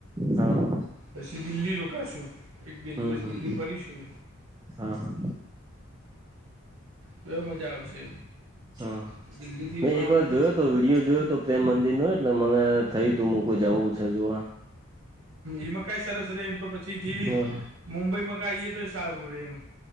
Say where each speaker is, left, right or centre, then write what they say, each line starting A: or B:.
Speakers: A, on the right; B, on the right.
A: હા
B: પછી દિલ્હી રોકાશું એક બે
A: હમ
B: દિવસ
A: હમ
B: દિલ્હી ફરીશું
A: હા હા
B: કેવ મજા આવશે
A: હા
B: દિલ્હીથી
A: મેં એક
B: આમ
A: વાર
B: તો
A: જોયો હતો વિડીિયો જોયો હતો મંદિર નય એટલે મને થયું તું હુંકઈ જવું છે જો
B: એ મકાઈ સરસ રે એમ તો પછીથી
A: હા
B: મુંબઈ મકાઈઈએ તો સારું રે એમ